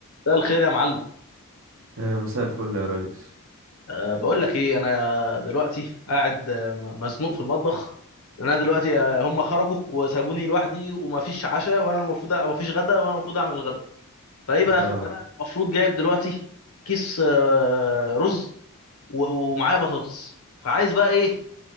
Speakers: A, on the left; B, on the right.
A: مساء الخير يا معلم
B: آه، مساء الفل يا ريس
A: أه بقول لك ايه انا دلوقتي قاعد آه، م- مزنوق في المطبخ لأن انا دلوقتي آه، هم خرجوا وسابوني لوحدي ومفيش عشاء وانا المفروض مفيش غدا وانا المفروض اعمل الغدا فايه بقى
B: <laughs> اه
A: انا المفروض جايب دلوقتي كيس آه، رز و- ومعايا بطاطس فعايز بقى ايه